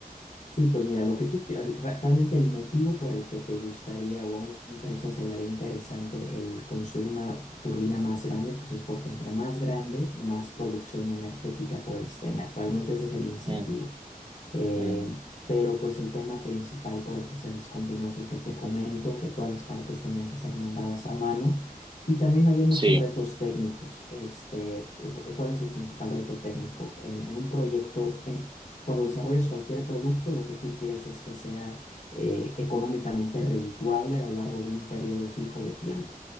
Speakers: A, on the left; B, on the right.
A: Sí, pues mira, lo que tú quieras, re- realmente el motivo por el que te gustaría o a una empresa se le haría interesante el construir una turbina más grande, pues es porque entre más grande, más producción energética puedes tener. Realmente ese es el incentivo.
B: Mm,
A: Eh,
B: mm,
A: pero pues el tema principal por el que se descontinuó es el que te comento, que todas las partes tenían que ser mandadas a mano. Y también había muchos
B: sí.
A: retos técnicos. Este, cu- ¿cuál es el principal reto técnico? En, en un proyecto, en, cuando desarrollas cualquier producto, lo que tú quieres es que sea eh, económicamente redituable a lo largo de un periodo fijo de tiempo.